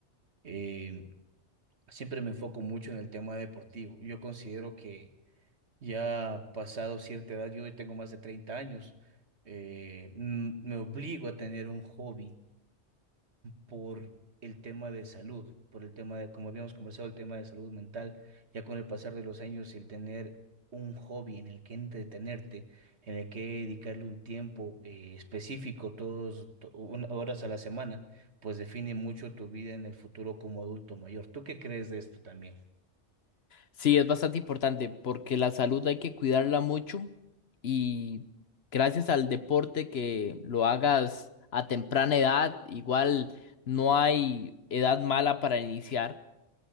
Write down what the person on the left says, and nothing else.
Sí, es bastante importante porque la salud hay que cuidarla mucho y gracias al deporte que lo hagas a temprana edad, igual no hay edad mala para iniciar,